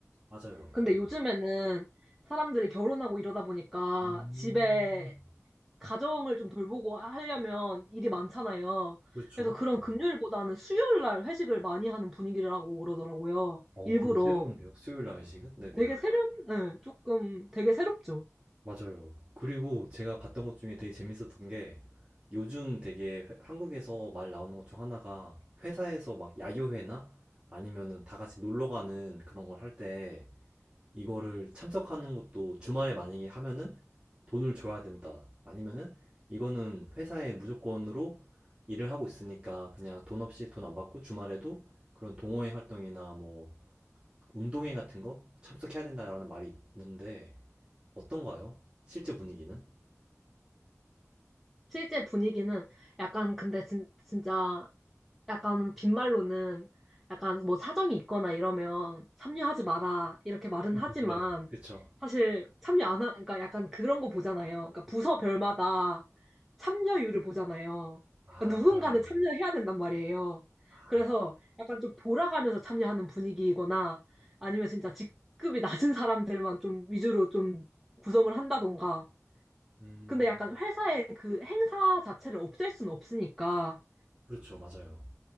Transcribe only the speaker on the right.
맞아요.
네.
음.
그렇죠.
네.
어,
되게 새로운데요. 수요일 날 회식은? 네네.
맞아요. 그리고 제가 봤던 것 중에 되게 재밌었던 게 요즘 되게 회- 한국에서 말 나오는 것 중 하나가 회사에서 막 야유회나 아니면은 다 같이 놀러 가는 그런 걸할때 이거를 참석하는 것도 주말에 만약에 하면은 돈을 줘야 된다. 아니면은 이거는 회사에 무조건으로 일을 하고 있으니까 그냥 돈 없이 돈 안 받고 주말에도 그런 동호회 활동이나 뭐 운동회 같은 거 참석해야 된다라는 말이 있는데 어떤가요? 실제 분위기는?
<laughs>
네, 그쵸.
아,
그러네요.
아,
음,
그렇죠. 맞아요.